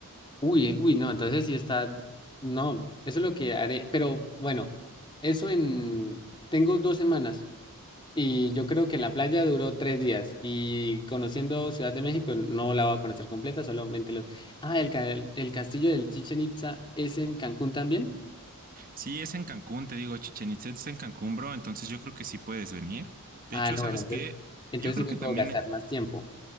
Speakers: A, on the left; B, on the right.
A: Uy, uy, no, entonces sí está, no, eso es lo que haré, pero bueno, eso en, tengo dos semanas. Y yo creo que en la playa duró tres días y conociendo Ciudad de México no la voy a conocer completa, solamente los... Ah, el, ca- el castillo del Chichen Itza es en Cancún también.
B: Sí, es en Cancún, te digo, Chichen Itzá es en Cancún, bro. Entonces yo creo que sí puedes venir. De
A: Ah,
B: hecho,
A: no,
B: ¿sabes
A: bueno, entonces,
B: qué?
A: entonces
B: Yo creo
A: sí me
B: que
A: puedo
B: también
A: gastar más tiempo.